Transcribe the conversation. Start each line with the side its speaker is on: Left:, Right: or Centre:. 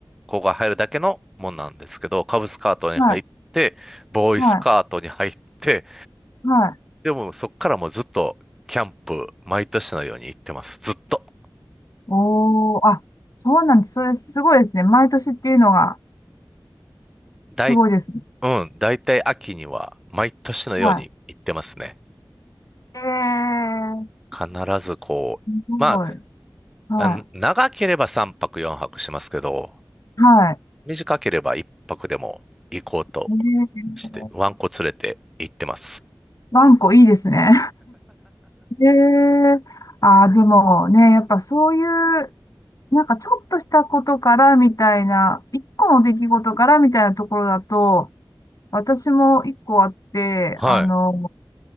Centre: 子が入るだけのもんなんですけど、カブスカートに入って、
Left: はい。
Centre: ボーイスカートに入って、
Left: はい。はい。
Centre: でもそっからもうずっとキャンプ、毎年のように行ってます。ずっと。
Left: おーあ、そうなんです。それすごいですね。毎年っていうのが
Centre: だい、
Left: すごいですね。
Centre: うん、だいたい秋には毎年のように行ってますね。
Left: はい。ええ
Centre: 必ずこう、
Left: すごい。
Centre: ま
Left: は
Centre: あ、あの長ければ3泊4泊しますけど、
Left: い。はい。
Centre: 短ければ1泊でも行こうと
Left: ねえ
Centre: して、ワンコ連れて行ってます。
Left: ワンコいいですね。<laughs> ええああ、でもね、やっぱそういう、なんかちょっとしたことからみたいな、一個の出来事からみたいなところだと、私も一個あって、
Centre: はい。
Left: あの、